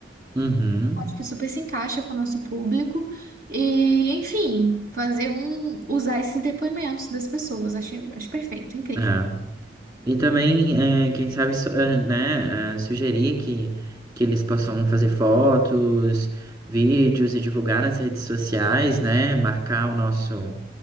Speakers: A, on the right; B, on the right.
A: Uhum.
B: Acho que super se encaixa com o nosso público. E, enfim, fazer um, usar esses depoimentos das pessoas. Acho, acho perfeito, incrível.
A: É. E também, eh, quem sabe, su- eh, né, eh, sugerir que, que eles possam fazer fotos, vídeos e divulgar nas redes sociais, né, marcar o nosso,